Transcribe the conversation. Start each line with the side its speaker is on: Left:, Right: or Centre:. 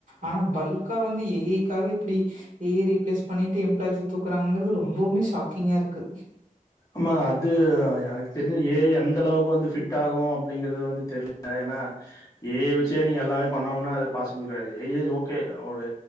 Right: ஆனா பல்கா வந்து ஏ ஐ காக இப்டி ஏ ஐ ரீப்ளேஸ் பண்ணிட்டு, எம்ப்ளாயிஸ் தூக்கறாங்கறது ரொம்பவுமே ஷாக்கிங்கா இருக்கு
Left: ஆமா அது எனக்கு தெரிஞ்சு, ஏ ஐ அந்தளவுக்கு வந்து ஃபிட் டாகு அப்டிங்கறது வந்து தெர்ல ஏனா ஏ ஐ வெச்சே நீங்க எல்லாமே பண்ணுனா அது பாசிபிள் கெடையாது ஏ ஐ ஓகே! ஒரு